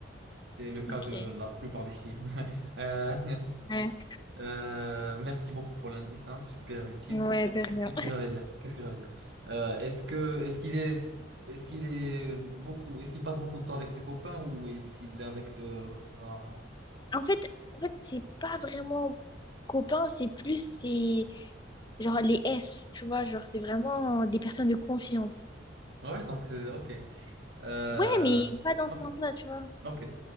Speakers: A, on the right; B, on the left.
A: C'est le cas
B: Ok.
A: de la plupart des films. <laughs> Euh,
B: Ouais,
A: euh, merci beaucoup pour l'indice, hein, super utile.
B: ouais, de rien.
A: Qu'est-ce que j'allais dire? Qu'est-ce que j'allais dire? Euh, est-ce que est-ce qu'il est est-ce qu'il est beaucoup est-ce qu'il passe beaucoup de temps avec ses copains ou est-ce qu'il est avec eux rarement?
B: En fait, en fait, c'est pas vraiment copain, c'est plus, c'est genre les S, tu vois, genre c'est vraiment des personnes de confiance.
A: Ouais, donc c'est ok. Euh,
B: Ouais, mais pas dans
A: ok,
B: ce sens-là, tu vois.
A: ok.